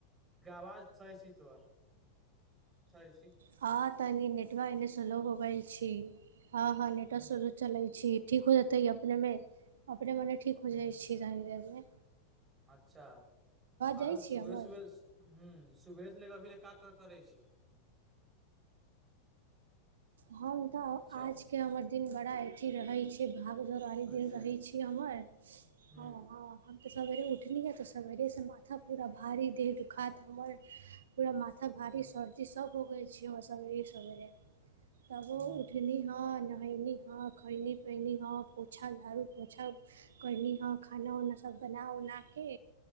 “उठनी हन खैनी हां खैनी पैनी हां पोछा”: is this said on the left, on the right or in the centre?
Right